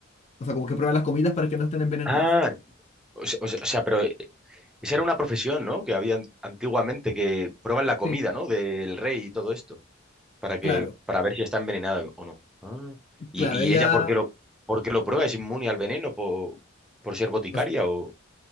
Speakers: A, on the left; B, in the centre.
A: o sea, como que prueban las comidas para que no estén envenenadas.
B: Ah, o se- o se- o sea, pero eh, esa era una profesión, ¿no? Que había an- antiguamente que prueban la comida,
A: Sí,
B: ¿no? Del rey y todo esto, para que,
A: claro,
B: para ver si está envenenada o no. Ah. ¿Y,
A: claro,
B: y
A: ella...
B: ella por qué lo, por qué lo prueba? ¿Es inmune al veneno por, por ser boticaria
A: o sea,
B: o...?